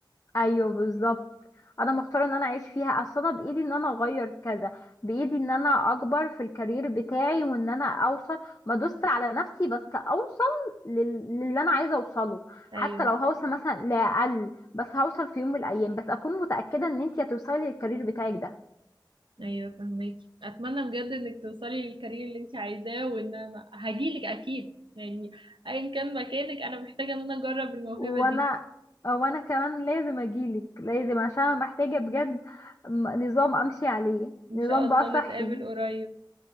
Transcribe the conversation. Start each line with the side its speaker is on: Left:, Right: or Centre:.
Left: أيوه بالظبط أنا مختارة إن أنا أعيش فيها أصل أنا بإيدي إن أنا أغير كذا بإيدي إن أنا أكبر في الكارير بتاعي وإن أنا أوصل ما دوست على نفسي بس أوصل لل... للي أنا عايزة أوصله
Right: ايوه
Left: حتى لو هوصل مثلا لأقل بس هوصل في يوم من الأيام بس أكون متأكدة إن أنت هتوصلي للكارير بتاعك ده
Right: ايوه فهمك اتمنى بجد انك توصلي للكارير اللي انت عايزاه وان انا هجيلك اكيد يعني ايا كان مكانك انا محتاجه ان انا اجرب الموهبه
Left: وانا
Right: دي
Left: وانا كمان لازم اجيلك لازم عشان انا محتاجة بجد م- نظام امشي عليه
Right: ان
Left: نظام
Right: شاء الله
Left: بقى صحي
Right: نتقابل قريب